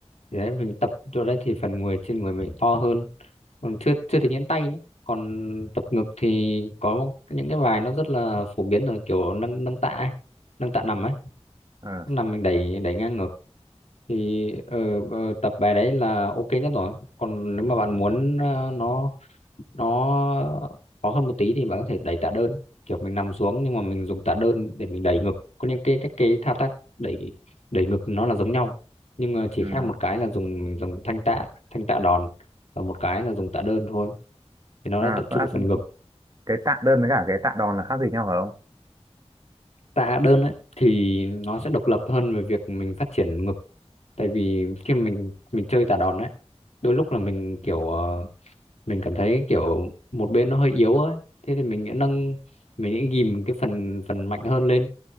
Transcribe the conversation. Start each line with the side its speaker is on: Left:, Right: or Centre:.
Left: Thì đấy mình tập chỗ đấy thì phần người trên người mình to hơn còn chưa chưa tính đến tay nữa còn tập ngực thì có những cái bài nó rất là phổ biến rồi kiểu nâng nâng tạ ấy, nâng tạ nằm ấy
Right: ờ
Left: năm mình đẩy đẩy ngang ngược thì ờ, ờ, tập bài đấy là ok nhất rồi còn nếu mà bạn muốn ờ, nó nó khó hơn một tí thì bạn có thể đẩy tạ đơn kiểu mình nằm xuống nhưng mà mình dùng tạ đơn để mình đẩy ngực có những cái cái cái thao tác đẩy đẩy ngực nó là giống nhau nhưng mà chỉ
Right: ừ.
Left: khác một cái là dùng mình dùng thanh tạ thanh tạ đòn và một cái là dùng tạ đơn thôi thì nó
Right: à
Left: đã tập trung
Right: có lẽ
Left: vào phần ngực
Right: cái tạ đơn với cả cái tạ đòn là khác gì nhau phải không
Left: tạ đơn ấy thì nó sẽ độc lập hơn về việc mình phát triển ngực tại vì khi mà mình mình chơi tạ đòn ấy đôi lúc là mình kiểu ờ, mình cảm thấy kiểu một bên nó hơi yếu ấy thế thì mình sẽ nâng mình sẽ ghìm cái phần phần mạnh hơn lên